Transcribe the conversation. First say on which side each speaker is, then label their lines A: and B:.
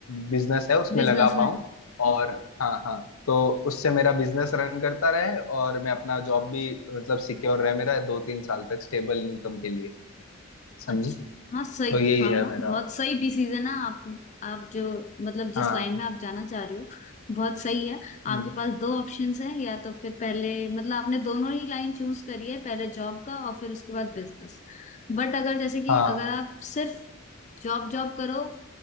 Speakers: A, on the left; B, on the left.
A: बिजनेस है उसमें
B: बिजनेस
A: लगा
B: में
A: पाऊँ और हाँ हाँ तो उससे मेरा बिजनेस रन करता रहे और मैं अपना जॉब भी मतलब सिक्योर रहे मेरा दो तीन साल तक स्टेबल इनकम के लिए समझी
B: अच्छा हाँ सही
A: तो यही
B: हाँ
A: है
B: हाँ
A: मेरा
B: बहुत सही डिसीजन है आप आप जो मतलब जिस
A: हाँ
B: लाइन में आप जाना चाह रहे हो बहुत सही है
A: हम्म,
B: आपके पास दो ऑप्शंस हैं या तो फिर पहले मतलब आपने दोनों ही लाइन चूज करी है पहले जॉब का और फिर उसके बाद बिजनेस बट अगर जैसे कि
A: हाँ
B: अगर आप सिर्फ जॉब जॉब करो